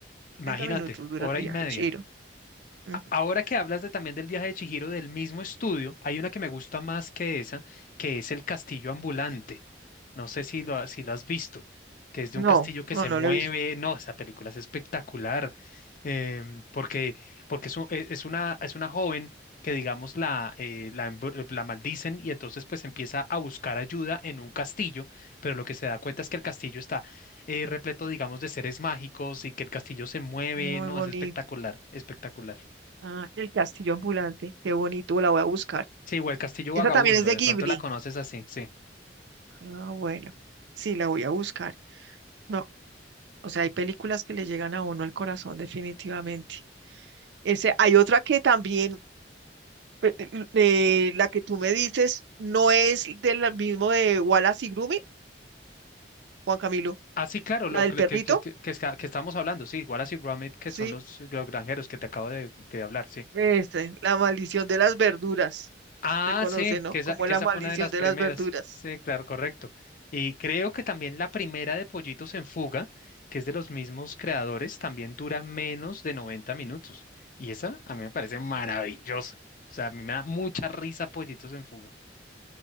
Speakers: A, on the left (about 45°); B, on the right (about 75°).
A: imagínate,
B: Noventa minutos dura
A: hora
B: el viaje
A: y media.
B: de Chihiro. Ujú.
A: Ahora que hablas de, también del viaje de Chihiro del mismo estudio, hay una que me gusta más que esa, que es el castillo ambulante. No sé si lo, si lo has visto, que es de
B: No,
A: un castillo que
B: no,
A: se
B: no
A: mueve.
B: lo he visto.
A: No, esa película es espectacular, em, porque, porque es, u- e- es una, es una joven que, digamos, la, eh, la, embru- la maldicen y entonces pues empieza a buscar ayuda en un castillo, pero lo que se da cuenta es que el castillo está eh, repleto, digamos, de seres mágicos y que el castillo se mueve.
B: Muy
A: No,
B: bonito.
A: es espectacular, espectacular.
B: Ah, el castillo ambulante, qué bonito, la voy a buscar.
A: Sí, o el Castillo
B: Esa
A: Vagabundo,
B: también es de
A: de
B: Ghibli.
A: pronto la conoces así, sí.
B: Ah, bueno, sí, la voy a buscar. No, o sea, hay películas que le llegan a uno al corazón definitivamente. Ese, hay otra que también, pe- l- eh, la que tú me dices, no es del mismo de Wallace y Grumit, Juan Camilo,
A: Así, claro, lo
B: la del
A: que,
B: perrito,
A: que, que, que, que está- que estábamos hablando, sí, Wallace y Gromit, que
B: sí,
A: son los, los granjeros que te acabo de, de hablar, sí.
B: este, la maldición de las verduras,
A: Ah,
B: se conoce,
A: sí,
B: ¿no?
A: que esa,
B: Como
A: que
B: la
A: esa
B: maldición
A: fue una de las
B: de
A: primeras.
B: las verduras.
A: Sí,
B: <laughs>
A: claro, correcto. Y creo que también la primera de Pollitos en Fuga, que es de los mismos creadores, también dura menos de 90 minutos. Y esa a mí me parece maravillosa. O sea, a mí me da mucha risa Pollitos en Fuga.